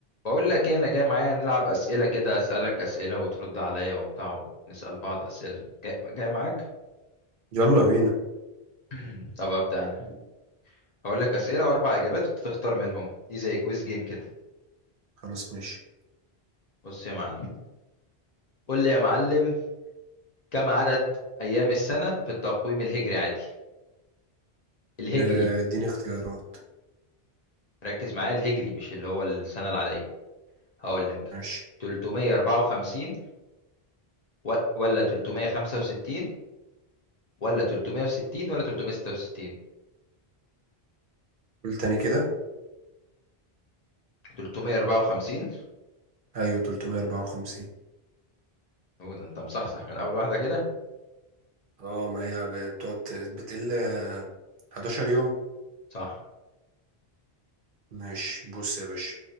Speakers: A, on the left; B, on the right.
A: بقول لك ايه انا جاي معايا نلعب اسئله كده اسالك اسئله وترد عليا وبتاع ونسال بعض اسئله جاي, جاي معاك
B: يلا بينا
A: <clears throat> طب ابدا انا هقول لك اسئله واربع اجابات وانت تختار منهم دي زي كويز جيم كده
B: خلاص ماشي
A: بص يا معلم قول لي يا معلم كم عدد ايام السنه في التقويم الهجري عادي الهجري
B: آه، اديني اختيارات
A: ركز معايا الهجري مش اللي هو السنه العاديه هقول لك
B: ماشي
A: 354 و- ولا 365 ولا 360 ولا 366
B: قول تاني كده
A: 354
B: ايوه 354
A: هو ده انت مصحصح من اول واحده كده
B: اه ما هي ب- بتقعد بتقل آه، 11 يوم
A: صح
B: ماشي بص يا باشا